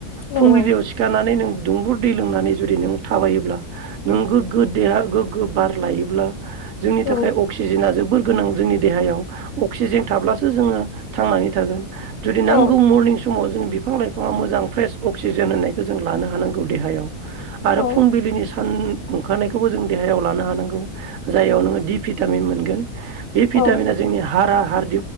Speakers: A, on the left; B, on the right.
A: नंगौ
B: फुंबिलियाव सिखारनानै नों दुंबुर दै लोंनानै जुदि नों थाबायोब्ला नों गोग्गो देहा गोग्गो बार लायोब्ला जोंनि
A: औ
B: थाखाय अक्सिजेना जोबोर गोनां जोंनि देहायाव अक्सिजेन थाब्लासो जोङो थांनानै थागोन। जुदि
A: औ
B: नांगौ मरनिं समाव जों बिफां लाइफाङा मोजां फ्रेस अक्सिजेन होननायखौ जों लानो हानांगौ देहायाव आरो
A: औ
B: फुंबिलिनि सान ओंखारनायखौबो जों देहायाव लानो हानांगौ जायाव नोङो दि भिटामिन मोनगोन। बे भिटामिना
A: औ
B: जोंनि हारा हार